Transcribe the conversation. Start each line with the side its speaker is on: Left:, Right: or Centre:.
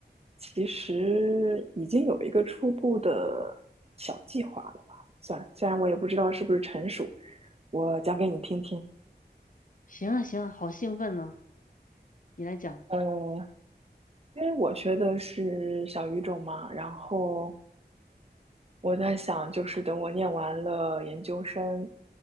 Right: 其实已经有一个初步的小计划了吧？算，虽然我也不知道是不是成熟，我讲给你听听。
Left: 行啊，行啊，好兴奋呢，你来讲。
Right: 呃，因为我学的是小语种嘛，然后我在想，就是等我念完了研究生，